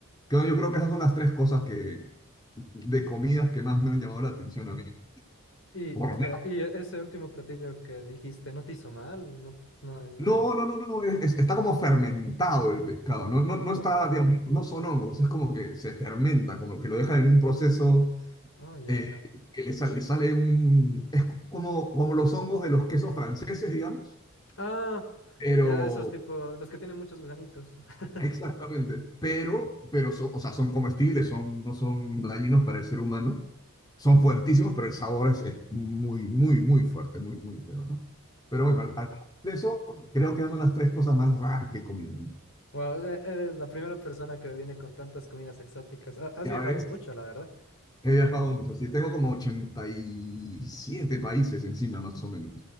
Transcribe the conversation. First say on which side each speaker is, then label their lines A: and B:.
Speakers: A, on the left (about 20°); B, on the left (about 65°).
A: Creo- Yo creo que esas son las tres cosas que, de comidas que más me han llamado la atención a mí.
B: Y
A: Por
B: espera,
A: lo
B: y e- ese último platillo que dijiste, ¿no te hizo mal? No, no, hay- no
A: No,
B: hay nada.
A: no, no, no, no, es- es- está como fermentado el pescado, no, no, no
B: Ah,
A: está, Mm. digamos, no son hongos, es como que se fermenta, como que lo dejan en un proceso
B: ah, ya,
A: eh,
B: ya.
A: que le, sa- le sale un, es como, como los hongos de los quesos franceses, digamos,
B: Ah,
A: pero,
B: ya esos tipo, los que tienen muchos gusanitos. <laughs>
A: exactamente, pero, pero son, o sea, son comestibles, son, no son dañinos para el ser humano, son fuertísimos, pero el sabor es, es muy, muy, muy fuerte, muy, muy feo, ¿no? Pero
B: Ah,
A: bueno, al- al- de eso creo que son las tres cosas más raras que he comido. ¿no?
B: wow, e- eres la primera persona que viene con tantas comidas exóticas. Ha- Has
A: Ya,
B: viajado mucho, la verdad.
A: He viajado mucho, sí, tengo como 87 países encima, más o menos,